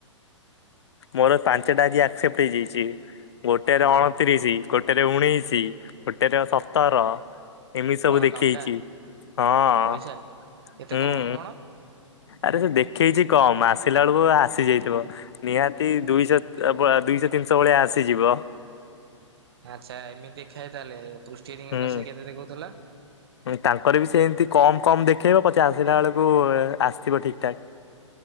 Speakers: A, on the left; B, on the right.
A: ମୋର ପାଞ୍ଚଟା ଆଜି ଆକ୍ସେପ୍ଟ ହେଇଯାଇଛି ଗୋଟେରେ
B: ହଁ
A: ଅଣତିରିଶି ଗୋଟେରେ ଉଣେଇଶି ଗୋଟେରେ ସତର ଏମିତି ସବୁ
B: କଣ
A: ଦେଖେଇଛି
B: ଟଙ୍କା
A: ହଁ
B: ପଇସା
A: ହୁଁ
B: ଏତେ କମ କଣ?
A: ଆରେ ସେ ଦେଖେଇଛି କମ୍ ଆସିଲା ବେଳକୁ ଆସିଯାଇଥିବ ନିହାତି ଦୁଇଶହ ଦୁଇଶହ ତିନିଶହ ଭଳିଆ ଆସିଯିବ।
B: ଆଛା ଏମିତି ଖାଏ ତାଲେ ପୃଷ୍ଟି ବିହନ
A: ହୁଁ।
B: ସେ କେତେ ଦେଖଉଥିଲା?
A: ତାଙ୍କର ବି ସେଏମିତି କମ୍ କମ୍ ଦେଖେଇବ। ପଛେ ଆସିଲା ବେଳକୁ ଆସିଥିବ ଠିକଠାକ୍।